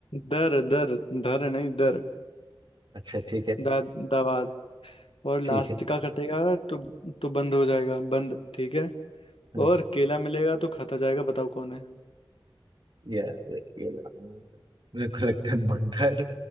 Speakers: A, on the left; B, on the right.
A: दर दर धर नहीं दर
B: अच्छा ठीक है
A: दा दावाद और लास्ट
B: ठीक
A: का कटेगा तो तो बंद हो जाएगा बंद ठीक है
B: है
A: और केला मिलेगा तो खाता जाएगा बताओ कौन है
B: यार केला मेरे को लगता है बंदर